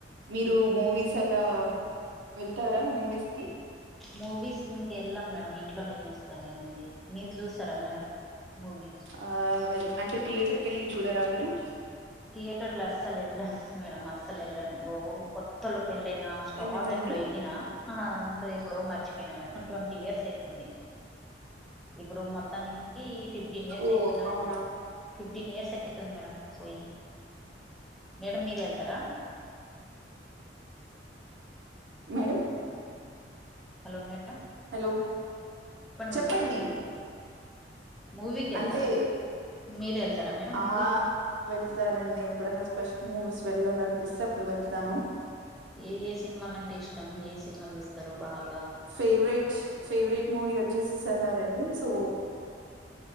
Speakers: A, on the right (about 85°); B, in the centre.
A: మీరు మూవీస్ అలా వెళ్తారా మూవీస్ కి
B: మూవీస్ మూ వెళ్ళం మేడం ఇంట్లోనే చూస్తా నేను మీరు చూస్తారా మేడం? మూవీ
A: ఆ వెల్ అంటే థియేటర్ కెళ్ళి చూడరా మీరు
B: థియేటర్ల అస్సల ఎల్ల మేడం మా అసలు ఏళ్ళను ఓ కొత్తలో పెళ్ళైనా స్టార్టింగ్
A: ఎందుకండి
B: లో వెళ్ళిన అంత ఇప్పుడు మ నేను ఎప్ ట్వంటీ ఇయర్స్ అయితుంది ఇప్పుడు మత్త మొత్తానికి ఫిఫ్టీన్ ఇయర్స్
A: ఓ
B: అయితాంది అనుకుంటా
A: అవునా
B: ఫిఫ్టీ ఫిఫ్టీన్ ఇయర్స్ అయితుంది మేడం పోయి మేడం మీరెళ్తరా
A: మేడమ్
B: హలో మే
A: హలో చెప్పండి
B: మేడం మూవీకి వెళ్తారా
A: అంటే
B: మీరు వెళ్తారా మేడం
A: ఆ
B: మూవీకి
A: వెళ్తానండి ఎప్పుడన్నా స్పె మూవిస్ వెళ్ళాలనిపిస్తే అప్పుడు వెళ్తాను
B: ఏ ఏ సినిమాలంటే ఇష్టం ఏ సినిమా చూస్తారు బాగా
A: ఫేవ్రెట్ ఫేవరెట్ మూవీ వత్ససెలారండి సో